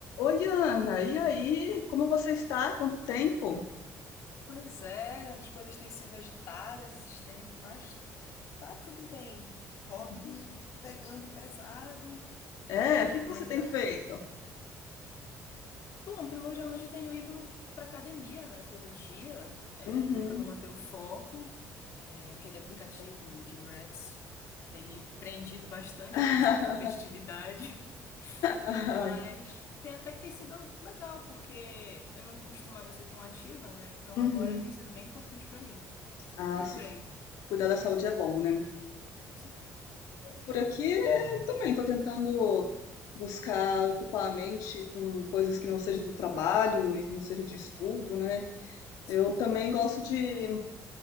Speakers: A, on the left (about 85°); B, on the left (about 55°).
A: Oi, Ana, e aí? Como você está? Quanto tempo?
B: Pois é, as coisas têm sido agitadas esses tempos, mas tá tudo bem. Hobby
A: Tá tudo
B: me
A: bem.
B: pegando pesado. E
A: É,
B: aí,
A: o que
B: como
A: que você
B: é que
A: tem
B: tá?
A: feito?
B: Bom, primordialmente eu tenho ido pra academia, né, todo dia, é,
A: Uhum.
B: tentando manter o foco. É, aquele
A: <laughs>
B: aplicativo,
A: Ai, que bom.
B: o Gym Rats, tem me prendido bastante
A: <laughs>
B: por questão de competitividade, <laughs>
A: Ah,
B: mas tem até que tem sido legal, porque eu não costumava ser tão ativa, né? Então
A: Uhum.
B: agora tem sido bem importante pra mim.
A: Ah,
B: E
A: sim.
B: por aí?
A: Cuidar da saúde é bom, né?
B: Com certeza.
A: Por aqui eu também estou tentando buscar ocupar a mente com coisas que não sejam do trabalho e que não seja de estudo, né? Eu
B: Sim,
A: também gosto de,